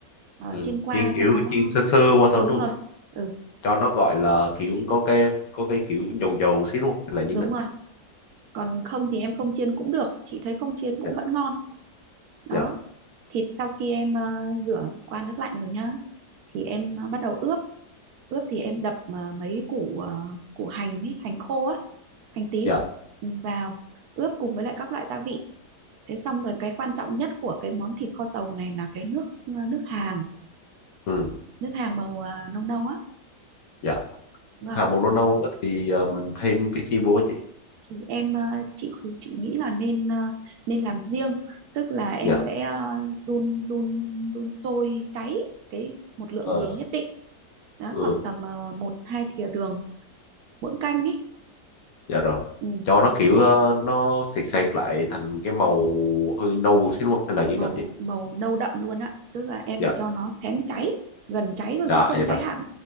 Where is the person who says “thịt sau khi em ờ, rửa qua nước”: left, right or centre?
Right